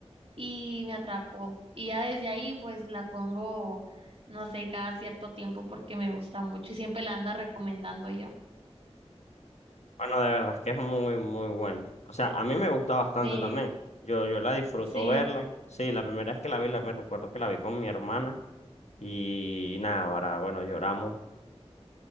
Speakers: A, on the right (about 60°); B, on the left (about 85°).
A: y me atrapó. Y ya desde ahí, pues la pongo, no sé, cada cierto tiempo porque me gusta mucho y siempre la ando recomendando yo.
B: Bueno, de verdad es que es muy, muy bueno. O sea, a mí me gusta bastante
A: Sí,
B: también. Yo, yo la disfruto
A: sí.
B: verla. Sí, la primera vez que la vi, la, me recuerdo que la vi con mi hermana. Y nada, ahora, bueno, lloramos.